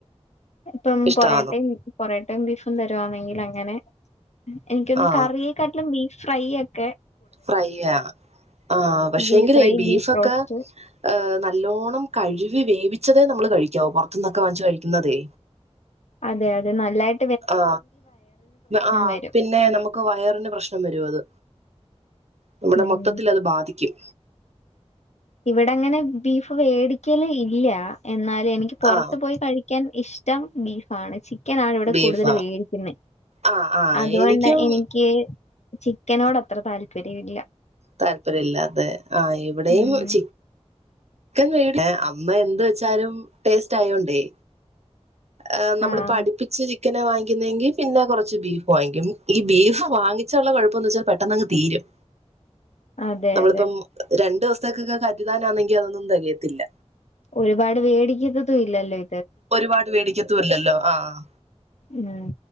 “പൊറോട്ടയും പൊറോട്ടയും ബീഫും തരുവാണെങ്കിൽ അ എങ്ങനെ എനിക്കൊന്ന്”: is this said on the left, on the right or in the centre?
Left